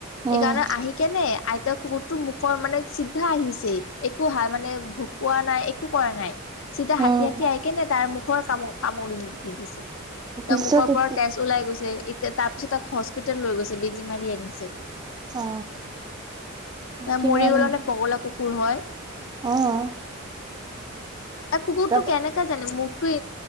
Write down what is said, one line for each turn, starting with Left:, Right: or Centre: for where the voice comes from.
Right: উম
Left: এইকাৰণে আহি কেনে আইতাক কুকুৰ তো মুখৰ মানে চিধা আহিছেই, একো হাৰ মানে ভোকোৱা নাই, একো কৰা নাই। চিধা হাতী
Right: উম
Left: হাতী আহি কেনে তাৰ মুখৰ কাম-কামুৰি দি দিছে।
Right: পিছত
Left: তাৰ মুখৰপৰা
Right: এতি
Left: তেজ ওলাই গৈছে, তাৰপিছত তাক হস্পিতেল লৈ গৈছে, বেজী মাৰি আনিছে। এ,
Right: অ কিমান
Left: মৰি গ'লনে পগলা কুকুৰ হয়
Right: অ'।
Left: তা কুকুৰটো
Right: তাত
Left: কেনেকা জানে মুখটো